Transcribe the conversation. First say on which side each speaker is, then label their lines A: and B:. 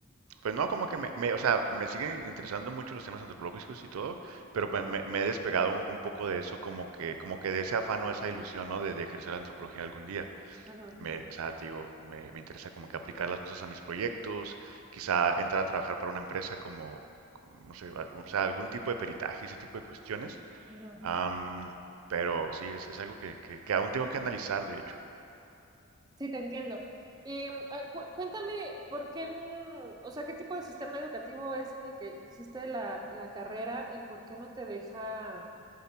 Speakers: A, on the right (about 80°); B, on the right (about 20°).
A: pues no, como que me, me- o sea, me siguen interesando mucho los temas antropológicos y todo, pero pues me, me he despegado un, un poco de eso, como que, como que de ese afán o esa ilusión, ¿no? De, de ejercer la antropología algún día
B: ujú,
A: me, o sea, te digo, me, me interesa como que aplicar las cosas a mis proyectos, quizá entrar a trabajar para una empresa como, como, no sé, al- o sea, algún tipo de peritaje, ese tipo de cuestiones.
B: ujú.
A: Am, pero sí, es, es algo que, que- que aún tengo que analizar, de hecho.
B: Sí, te entiendo. Y mm, ah, cu- cuéntame, ¿por qué, n- o sea, qué tipo de sistema educativo es en el que hiciste la, la carrera y por qué no te deja